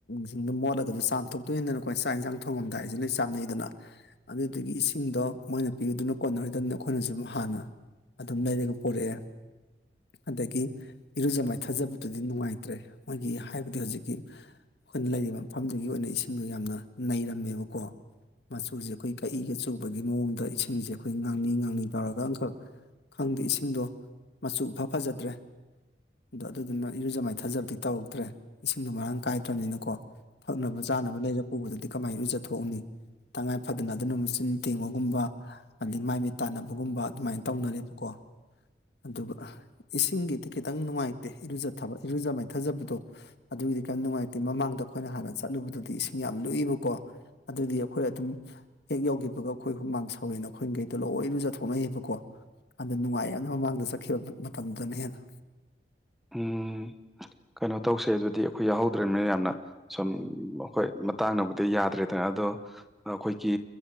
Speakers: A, on the left; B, in the centre.
A: ꯁꯤꯡꯗ ꯃꯣꯠꯂꯒꯁꯨ ꯆꯥꯝꯊꯣꯛꯇꯣꯏꯅꯤꯗꯅꯀꯣ ꯆꯥꯛ ꯏꯟꯁꯥꯡ ꯊꯣꯡꯉꯝꯗꯥꯏ ꯍꯥꯏꯁꯦ ꯂꯣꯏ ꯆꯥꯝꯅꯩꯗꯅ ꯑꯗꯨꯗꯒꯤ ꯏꯁꯤꯡꯗꯣ ꯃꯣꯏꯅ ꯄꯤꯕꯗꯨꯅ ꯀꯣꯟꯅꯔꯤꯗꯅꯤ ꯑꯩꯈꯣꯏꯅꯁꯨ ꯍꯥꯟꯅ ꯑꯗꯨꯝ ꯂꯩꯔꯒ ꯄꯨꯔꯛꯑꯦ ꯑꯗꯒꯤ ꯏꯔꯨꯖ ꯃꯥꯏꯊꯥꯖꯕꯗꯨꯗꯤ ꯅꯨꯡꯉꯥꯏꯇ꯭ꯔꯦ ꯃꯣꯏꯒꯤ ꯍꯥꯏꯕꯗꯤ ꯍꯧꯖꯤꯛꯀꯤ ꯑꯩꯈꯣꯏꯅ ꯂꯩꯔꯤꯕ ꯃꯐꯝꯗꯨꯒꯤ ꯑꯣꯏꯅ ꯏꯁꯤꯡꯗꯣ ꯌꯥꯝꯅ ꯅꯩꯔꯝꯃꯦꯕꯀꯣ ꯃꯆꯨꯁꯦ ꯑꯩꯈꯣꯏ ꯀꯛꯏꯒ ꯆꯨꯕꯒꯤ ꯃꯑꯣꯡꯗ ꯏꯁꯤꯡꯁꯦ ꯑꯩꯈꯣꯏ ꯉꯥꯡꯅꯤ ꯉꯥꯡꯅꯤ ꯇꯧꯔꯒ ꯑꯃꯝꯈꯛ ꯈꯪꯗꯦ ꯏꯁꯤꯡꯗꯣ ꯃꯆꯨ ꯐ ꯐꯖꯗ꯭ꯔꯦ ꯑꯗꯣ ꯑꯗꯨꯗꯨꯅ ꯏꯔꯨꯖ ꯃꯥꯏꯊꯥꯖꯕꯗꯤ ꯇꯧꯍꯧꯗ꯭ꯔꯦ ꯏꯁꯤꯡꯗꯣ ꯃꯔꯥꯡ ꯀꯥꯏꯗ꯭ꯔꯕꯅꯤꯅꯀꯣ ꯊꯛꯅꯕ ꯆꯥꯅꯕ ꯂꯩꯔꯒ ꯄꯨꯕꯗꯗꯤ ꯀꯃꯥꯏꯅ ꯏꯔꯨ ꯖꯠꯊꯣꯛꯎꯅꯤ ꯇꯉꯥꯏ ꯐꯗꯅ ꯑꯗꯨꯅ ꯃꯆꯤꯟ ꯇꯦꯡꯕꯒꯨꯝꯕ ꯑꯗꯩ ꯃꯥꯏ ꯃ ꯇꯥꯟꯅꯕꯒꯨꯝꯕ ꯑꯗꯨꯃꯥꯏꯅ ꯇꯧꯅꯔꯕꯀꯣ ꯑꯗꯨꯒ ꯏꯁꯤꯡꯒꯤꯗꯤ ꯈꯤꯇꯪ ꯅꯨꯡꯉꯥꯏꯇꯦ ꯏꯔꯨꯖꯊꯕ ꯏꯔꯨꯖ ꯃꯥꯏꯊꯖꯕꯗꯣ ꯑꯗꯨꯒꯤꯗꯤ ꯀꯔꯤꯝ ꯅꯨꯡꯉꯥꯏꯇꯦ ꯃꯃꯥꯡꯗ ꯑꯩꯈꯣꯏꯅ ꯍꯥꯟꯅ ꯆꯠꯂꯨꯕꯗꯨꯗꯤ ꯏꯁꯤꯡ ꯌꯥꯝ ꯂꯨꯏꯕꯀꯣ ꯑꯗꯨꯗꯤ ꯑꯩꯈꯣꯏ ꯑꯗꯨꯝ ꯍꯦꯛ ꯌꯧꯈꯤꯕꯒ ꯑꯩꯈꯣꯏ ꯍꯨꯃꯥꯡ ꯁꯧꯋꯦꯅ ꯑꯩꯈꯣꯏꯈꯩꯗ ꯂꯣꯏꯅ ꯆꯠꯊꯣꯛꯅꯩꯌꯦꯕꯀꯣ ꯑꯗꯨꯗ ꯅꯨꯡꯉꯥꯏꯅ ꯃꯃꯥꯡꯗ ꯆꯠꯈꯤꯕ ꯃꯇꯝꯗꯨꯅ ꯍꯦꯟꯅ
B: ꯎꯝ ꯀꯩꯅꯣ ꯇꯧꯁꯦ ꯑꯗꯨꯗꯤ ꯑꯩꯈꯣꯏ ꯌꯥꯎꯍꯧꯗ꯭ꯔꯅꯤꯅ ꯌꯥꯝꯅ ꯁꯨꯝ ꯑꯩꯈꯣꯏ ꯃꯇꯥꯡꯅꯕꯨꯗꯤ ꯌꯥꯗ꯭ꯔꯦꯗꯅ ꯑꯗꯣ ꯑꯩꯈꯣꯏꯒꯤ